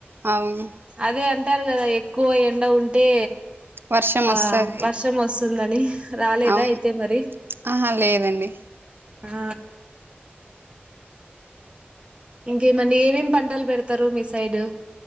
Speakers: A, on the right; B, on the right.
A: అవును
B: అదే అంటారు కదా ఎక్కువ ఎండ ఉంటే
A: వర్షం వస్తది
B: ఆ వర్షం వస్తుందని రాలేదా
A: అవును
B: అయితే మరి
A: ఆహా లేదండి
B: ఆ ఇంకేమండి ఏమేమి పంటలు పెడతరు మీ సైడ్